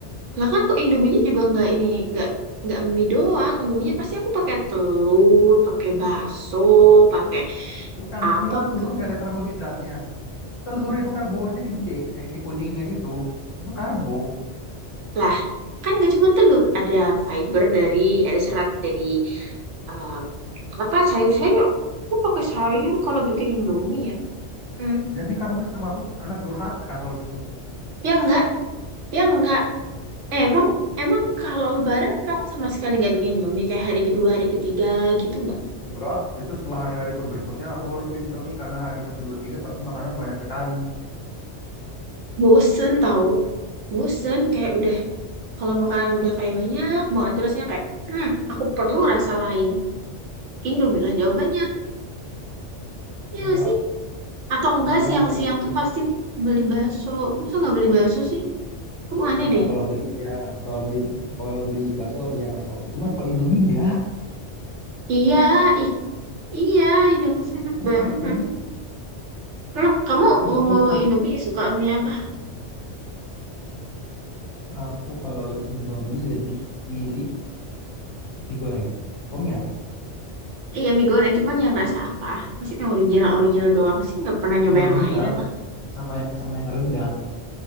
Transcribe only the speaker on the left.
Dan kamu
kira telur
nggak ada karbohidratnya? Telur itu karbonya gede, yang di kuningnya itu, itu karbo.
Jadi kamu ini termasuk anak durhaka kalau gitu.
Enggak, itu setelah hari-hari ke berikutnya aku baru bikin Indomie karena hari satu 2 3 pasti makanan banyak sekali.
Enggak,
enggak,
enggak Indomie.
Nah,
kalau beli ya, kalau beli kalau beli bakso ya masih oke. Cuman kalau Indomie enggak.
Kamu
ada banget.
Berarti,
berarti
aku kalau Indomie lebih milih mie goreng. Kamu mie apa?
Yang original
sama sama yang rendang.